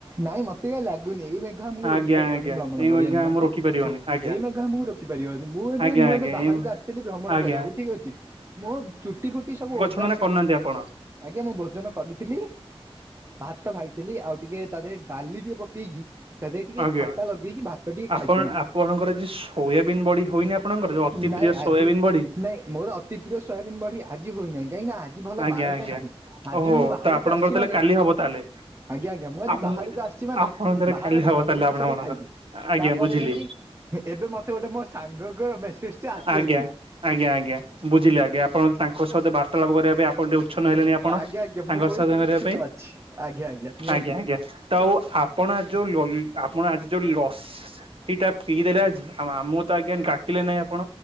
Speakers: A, on the right; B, on the right.
A: ନାଇଁ ମତେ କା ଲାଗୁନି ଏଇ ମେଘ ଆମକୁ
B: ଆଜ୍ଞା
A: ରୋକି ପାରିବନି
B: ଆଜ୍ଞା
A: ଭ୍ରମଣ
B: ଏଇ
A: କରିବା
B: ଆଜ୍ଞା
A: ନିମନ୍ତେ,
B: ଆମ ରୋକି ପାରିବନି ଆଜ୍ଞା।
A: ଏଇ ମେଘ ଆମକୁ ରୋ କି ପାରିବନି ମୁଁ ଏବେ
B: ଆଜ୍ଞା
A: ମୁଁ
B: ଆଜ୍ଞା
A: ଏବେ ବାହାରକୁ
B: ଏ
A: ଆସିଥିଲି ଭ୍ରମଣ
B: ଆଜ୍ଞା
A: କରିବାକୁ ଠିକ ଅଛି ମୋ ଚୁଟି ଫୁଟି ସବୁ ଓ
B: ସେ ମାନେ କରିନାହାନ୍ତି ଆପଣ।
A: ଆଜ୍ଞା ମୁଁ ଭୋଜନ କରିଥିଲି, ଭାତ ଖାଇଥିଲି ଆଉ ଟିକେ ତା ଦେରେ ଡାଲି ଟିକେ ପକେଇକି ତା ଦେ ଟିକେ
B: ଆଜ୍ଞା
A: ଖଟା ଲଗେଇକି ଭାତ ଟିକେ ଖାଇଥିଲି।
B: ଆପଣ ଆପଣଙ୍କର ଆଜି ସୋୟାବିନ୍ ବଡି ହୋଇନି ଆପଣଙ୍କର ଯୋଉ ଅତି
A: ନାଇଁ
B: ପ୍ରିୟ ସୋୟାବିନ୍
A: ଆଜି
B: ବଡି?
A: ନାଇଁ ମୋର ଅତି ପ୍ରିୟ ସୋୟାବିନ୍ ବଢି ଆଜି ହୋଇ ନାହିଁ। କାହିଁକି ନା ଆଜି ଭଲ
B: ଆଜ୍ଞା
A: ବାରଟେ
B: ଆଜ୍ଞା
A: ନାହିଁ ଆଜି
B: ଓହୋ
A: ମୁଁ ବାହାରକୁ
B: ତ ଆପଣଙ୍କର
A: ଆସିଛି
B: ତାହେଲେ
A: ମାନେ
B: କାଲି ହବ ତାହେଲେ
A: ଆଜ୍ଞା ଆଜ୍ଞା। ମୁଁ ଆଜି
B: ଆପଣ
A: ବାହାରକୁ ଆସିଛି ମାନେ
B: ଆପଣ ତାହେଲେ
A: ବାହାରେ
B: କାଲି
A: ଗୋଟେ
B: ହବ
A: ଭଲ
B: ତାହେଲେ
A: ଜିନିଷଟା
B: ଆପଣମାନଙ୍କର
A: ଖାଇବି
B: ଆଜ୍ଞା
A: ତାପରେ
B: ବୁଝିଲି
A: ଯାଇଁ କି ଏବେ ମତେ ଗୋଟେ ମୋ ସାଙ୍ଗଙ୍କର ମେସେଜ ଟେ ଆସିଅଛି।
B: ଆଜ୍ଞା ଆଜ୍ଞା ଆଜ୍ଞା ବୁଝିଲି ଆଜ୍ଞା ଆପଣ ତାଙ୍କ ସହିତ ବାର୍ତ୍ତାଳାପ କରିବା ପାଇଁ ଆପଣ ଟିକେ <unintelligible> ହେଲେଣି ଆପଣ
A: ଆଜ୍ଞା
B: ସାଙ୍ଗ
A: ଆଜ୍ଞା ମୁଁ
B: <unintelligible>
A: ବହୁତ ଉତ୍ସୁକ
B: କରିବା ପାଇଁ,
A: ଅଛି ଆଜ୍ଞା ନିହାତି।
B: ଆଜ୍ଞା ଆଜ୍ଞା। ତଆଉ ଆପଣ ଯୋଉ ଲନ ଆପଣ ଆଜି ଯୋଉ ଲସ୍ ଟା ପିଇଦେଲେ ଆଜି ଆଉ ଆମକୁ ତ ଆଜ୍ଞା କିଲେ ନାହିଁ ଆପଣ।